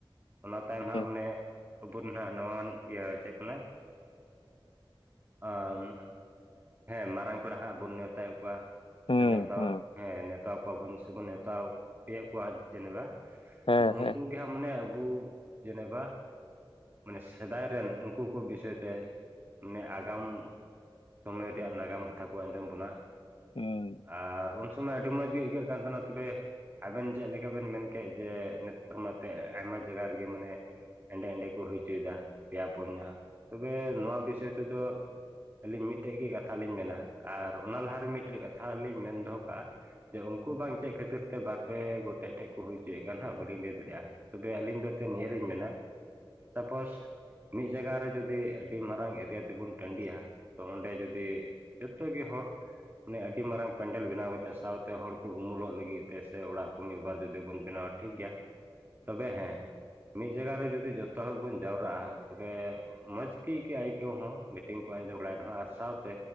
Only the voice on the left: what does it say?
ᱦᱩᱸ
ᱦᱩᱸ
ᱦᱩᱸ
ᱦᱮᱸ
ᱦᱮᱸ
ᱩᱸ